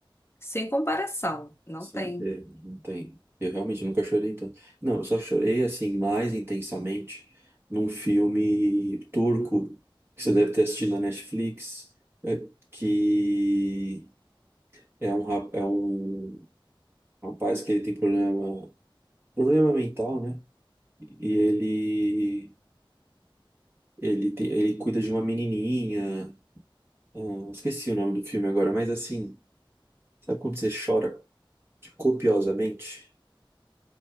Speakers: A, on the left; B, on the right.
A: sem comparação. Não
B: Sim,
A: tem.
B: é, não tem. Eu realmente nunca chorei tanto. Não, eu só chorei assim mais intensamente num filme turco que você deve ter assistido na Netflix, é, que é um, rap é um rapaz que ele tem problema, problema mental, né? E ele ele tem, ele cuida de uma menininha. Ah, esqueci o nome do filme agora, mas assim, sabe quando você chora copiosamente?